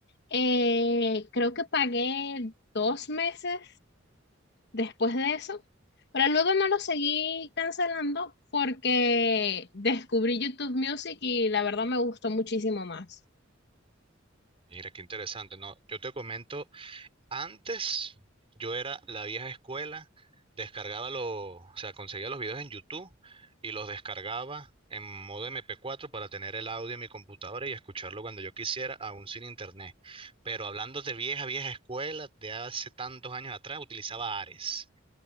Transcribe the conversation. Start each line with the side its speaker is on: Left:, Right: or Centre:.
Left: eh, creo que pagué dos meses después de eso, pero luego no lo seguí cancelando porque descubrí YouTube Music y la verdad me gustó muchísimo más.
Right: Mira, qué interesante. No, yo te comento, antes yo era la vieja escuela, descargaba los, o sea, conseguía los videos en YouTube y los descargaba en modo MP4 para tener el audio en mi computadora y escucharlo cuando yo quisiera, aún sin internet. Pero hablando de vieja, vieja escuela, de hace tantos años atrás, utilizaba Ares